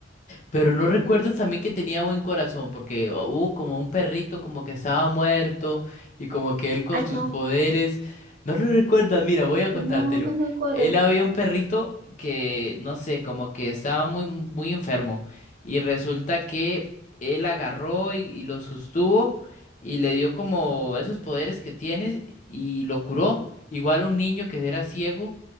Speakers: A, on the left; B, on the right.
A: Pero no recuerdo también que tenía buen corazón, porque hubo como un perrito como que estaba muerto y como que él con
B: Ay,
A: sus
B: no.
A: poderes. No lo recuerdas, mira, voy a contártelo.
B: No, no me acuerdo.
A: Él había un perrito que, no sé, como que estaba muy, muy enfermo. Y resulta que él agarró y, y lo sostuvo y le dio como esos poderes que tienes y lo curó. Igual un niño que era ciego,